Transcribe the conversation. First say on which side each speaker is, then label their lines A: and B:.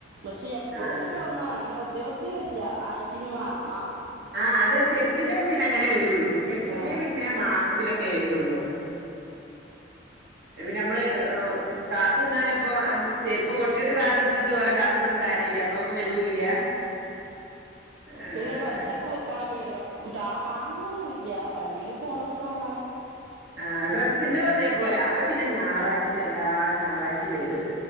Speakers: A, on the right; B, on the right.
A: പക്ഷെ എപ്പോഴും
B: ആഹ്
A: ഒരിക്ക വന്നാണ് അങ്ങനെ വെ നിവൃത്തിയുല്ല ആഴ്ച്ചിലും മാസ
B: ആഹ് അത് ചെരുപ്പിന്റൊക്കെ പിന്നെ അങ്ങനെ വരുള്ളൂ ചെരുപ്പിന്റെ
A: ആ.
B: പിന്നെ മാസത്തിലൊക്കെ ക്കെ വരുള്ളു. നമ്മള് കാത്ത്ന്നാ ചെൽപ്പോ ചെരുപ്പ് പൊട്ടിട്ട് കാത്ത്ന്നിട്ട് ഓലെ കാത്ത്ന്നിട്ടും കാര്യല്ല അപ്പൊ അതൊന്നും വരൂല്ല. ഏഹ്
A: പിന്നെ ഡ്രസ്സൊക്കെ വിക്കാൻ വരും. താൻ വാങ്ങൊന്നുല്ല വണ്ടിയില് പോണത് കാണാ
B: ആ ഡ്രസ്സിന്റെതും അതേ പോല പിന്നെ ഞായറാഴ്ചല്ലാ ഞായറാഴ്ച്ചിം വരും.